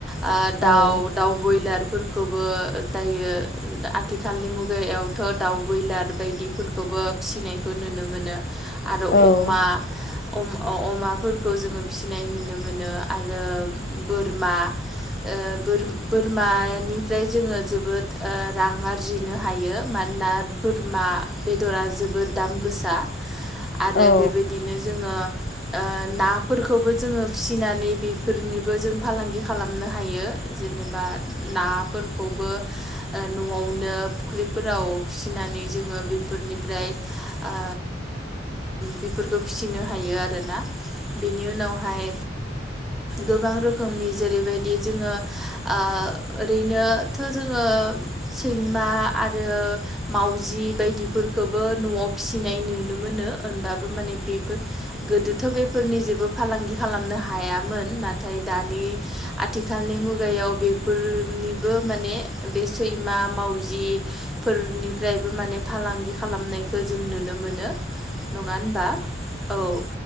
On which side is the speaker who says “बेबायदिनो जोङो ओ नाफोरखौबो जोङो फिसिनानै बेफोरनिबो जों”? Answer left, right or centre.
Centre